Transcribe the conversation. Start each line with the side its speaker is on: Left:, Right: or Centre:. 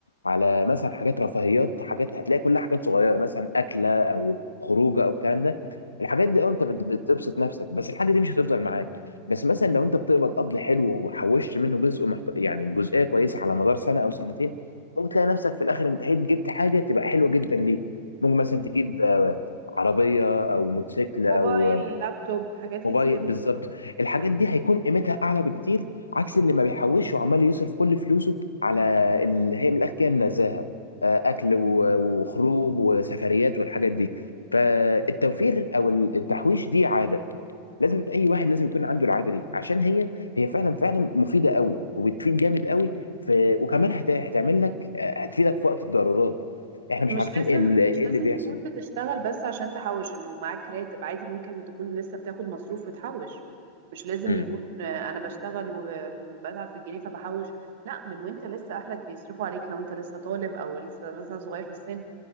Left: على مثلا حاجات رفاهيات حاجات هتلاقي كلها حاجات صغيره مثلا اكله او خروجه او الكلام ده الحاجات دي اه انت بت- بتبسط نفسك بس الحاجه دي مش هتفضل معاك بس مثلا لو انت بتقبض قبض حلو وحوشت منه جزء محت... يعني جزئيه كويسه على مدار سنه او سنتين ممكن تلاقي نفسك في الاخر انتهيت جبت حاجه تبقى حلوه جدا ليك ممكن مثلا تجيب آه، عربيه او موتوسيكل او
Right: موبايل
Left: آه،
Right: لابتوب حاجات كتير
Left: موبايل بالظبط الحاجات دي هيكون قيمتها اعلى بكتير عكس اللي ما بيحوش وعمال يصرف كل فلوسه على اللي هي من الاخر كده النزاهه آه، اكل و- وخروج وسفريات والحاجات دي فالتوفير او التحويش دي عاده لازم اي واحد لازم يكون عنده العاده دي عشان هي هي فعلا فعلا مفيده قوي وبتفيد جامد قوي في وكمان هت... هتعمل لك آه، هتفيدك في وقت الضرورات احنا مش
Right: مش
Left: عارفين
Right: لازم
Left: ايه اللي, إيه
Right: مش لازم
Left: اللي بيحصل
Right: تكون بتشتغل بس عشان تحوش انه معاك راتب عادي ممكن تكون لسه بتاخد مصروف وتحوش مش لازم
Left: امم
Right: يكون آه، انا بشتغل وبتعب في الجنيه فبحوش لا من وانت لسه اهلك بيصرفوا عليك لو انت لسه طالب او لسه مثلا صغير في السن